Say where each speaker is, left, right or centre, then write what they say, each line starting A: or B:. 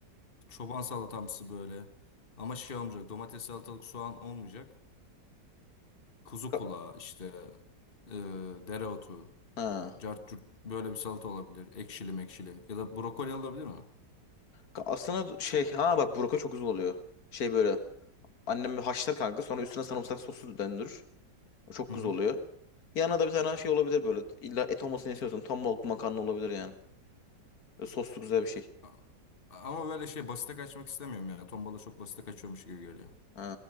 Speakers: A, on the left; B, on the left.
A: çoban salatamsı böyle. Ama şey olmayacak domates salatalık soğan olmayacak. Kuzu
B: Ka-
A: kulağı işte e, dereotu.
B: Ha.
A: Cart curt böyle bir salata olabilir. Ekşili mekşili. Ya da brokoli olabilir mi?
B: Ka- Aslında şey ha bak buraka çok güzel oluyor. Şey böyle annem haşlar kanka sonra üstüne sarımsak sosu döndürür. O çok
A: Hı
B: güzel
A: hı.
B: oluyor. Yanına da bir tane şey olabilir böyle. İlla et olmasını istiyorsun. Tam balıklı makarna olabilir yani. Böyle soslu güzel bir şey.
A: A- Ama böyle şey basite kaçmak istemiyorum ya. Tombala çok basite kaçıyormuş gibi geliyor.
B: Ha,